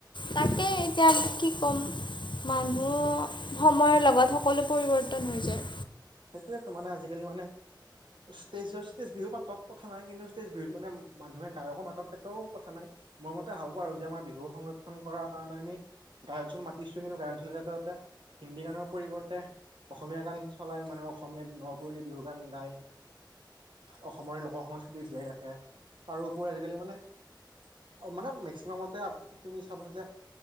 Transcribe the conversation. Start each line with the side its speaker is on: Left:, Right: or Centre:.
Left: তাকেই এতিয়া কি ক'ম মানুহ সময়ৰ লগত সকলো পৰিৱৰ্তন হৈ যায়।
Right: সেইটোয়ে তোৰ মানে আজিকালি মানে ষ্টেজৰ ষ্টেজ বিহু পাতক কথা নাই। কিন্তু ষ্টেজ বিহুত মানে মানুহে গায়কো মাতক সেইটোও কথা নাই। মই মতে ভাবোঁ আৰু যে আমাৰ বিহু সংৰক্ষণ কৰাৰ কাৰণে আমি গায়কজন মাতিছোঁ। কিন্তু গায়কজনে তাতে হিন্দী গানৰ পৰিৱৰ্তে, অসমীয়া গান চলাই মান আমাৰ অসমীয়াত ন পুৰণি বিহু গান গাই। অসমৰ লোকৰ সংস্কৃতি জীয়াই ৰাখে। তাৰোউপৰি আজিকালি মানে মানে মেক্সিমামতে তুমি চাবা যে